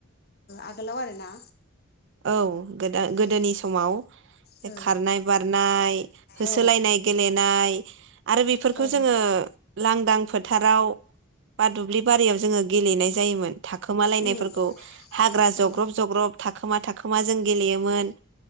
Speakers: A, on the left; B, on the right.
A: आगगोलाव आरोना
B: औ गो गोदोनि
A: उम
B: समाव
A: औ
B: खारनाय बारनाय होसोलायनाय
A: औ
B: गेलेनाय आरो बेफोरखौ
A: औ
B: जोङो लांदां फोथाराव बा दुब्लि बारियाव जोङो गेलेनाय जायोमोन थाखोमालायनायफोरखौ
A: उम
B: हाग्रा
A: औ
B: जग्रब जग्रब थाब - थाखोमा जों गेलेयोमोन